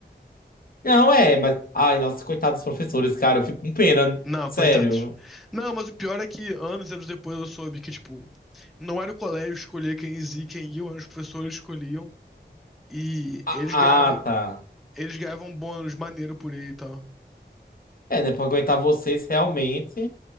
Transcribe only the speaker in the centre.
Não,
coitados. Não, mas o pior é que anos e anos depois eu soube que, tipo, não era o colégio que escolhia quem ia, quem ia, eram os professores que escolhiam. E
eles ganhavam,
eles ganhavam bônus maneiro por aí e tal.